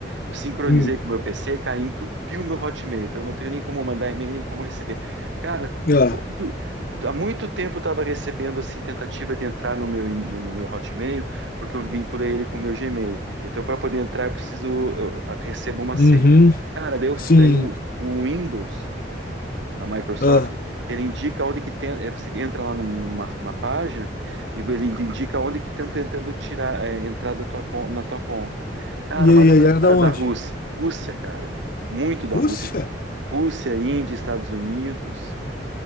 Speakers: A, on the right (about 80°); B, on the left (about 50°).
A: Eu sincronizei
B: Hum,
A: com o meu PC, cara, entupiu meu Hotmail. Então eu não tenho nem como mandar e-mail, nem como receber. Cara,
B: ah,
A: tudo. Há muito tempo eu estava recebendo assim tentativa de entrar no meu no, no meu Hotmail, porque eu vinculei ele com o meu Gmail. Então para poder entrar eu preciso eu recebo uma
B: uhum,
A: senha. Cara, daí, eu,
B: sim.
A: daí o, o Windows a Microsoft,
B: Ah,
A: ele indica onde que tem, eh, você entra lá numa, numa página e ele indica onde que estão tentando tirar, eh, entrar da tua, con- na tua conta. Cara,
B: e
A: uma
B: aí,
A: galera
B: ela é da onde?
A: da Rússia, Rússia, cara, muito da
B: Rússia?
A: Rússia, Rússia, Índia, Estados Unidos.